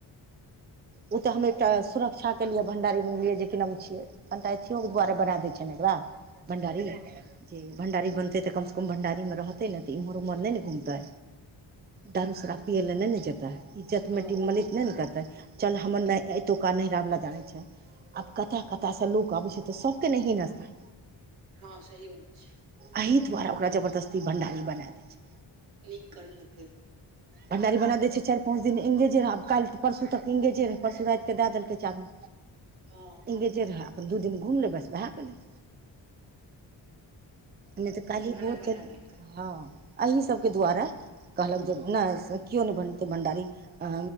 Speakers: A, on the right (about 80°); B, on the right (about 20°).
A: <inaudible>
B: ओ तऽ हम एकटा सुरक्षा के लिए भं्डारी बनलियै जेकी नाम छियै। कनिटा अथिियोकके दुआरे बना दै छनि एकरा भण्डारी
A: हँ
B: जे भण्डारी बनतै तऽ कमसँ कम भण्डारीमे रहतै ने तऽ एम्हर ओम्हर नहि ने घुमतै। दारू सराब पियए लए नहि ने जेते इज्जत
A: हँ
B: मटी मल नहि ने कहतै। चल हमर नहि एतुका नहिरा वला जानै छै। आब कतय कतय से लोक अबै छै तऽ सबके ने हीनस्ताय
A: हँ सही बात छै।
B: अही दुआर ओकरा जबरदस्ती भणडारी बना दै छै।
A: नीक करलकै।
B: भण्डारी बना दै छै चारि पाँच दिन इंगेजे रहै आ काल्हि परसू तक इंगेजे रहै परसू राति के दऽ देलकै चाबी।
A: हँ
B: इंगेजे रहै अपन दू दिन घुमले बस भै गेलै। नहि तऽ काली
A: भाना
B: भोर
A: बना
B: चल
A: देलकै
B: हँ अही सबके द्वारे कहलक
A: हूँ
B: जे नहि से केओ नहि बन त भण्डारी अ